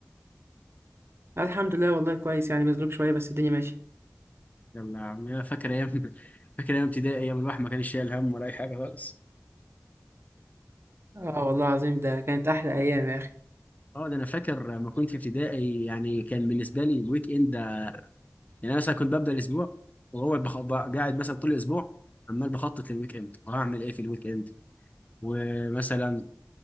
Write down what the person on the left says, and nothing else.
يلا يا عم يا فاكر ايام <laughs> فاكر ايام ابتدائي ايام الواحد ما كانش شايل هم ولا اي حاجه خالص
اه ده انا فاكر لما كنت في ابتدائي يعني كان بالنسبه لي الويك اند ده- يعني انا مثلا كنت ببدا الاسبوع وهو بخ... ب- قاعد مثلا طول الاسبوع عمال بخطط للويك اند وهعمل ايه في الويك اند ومثلا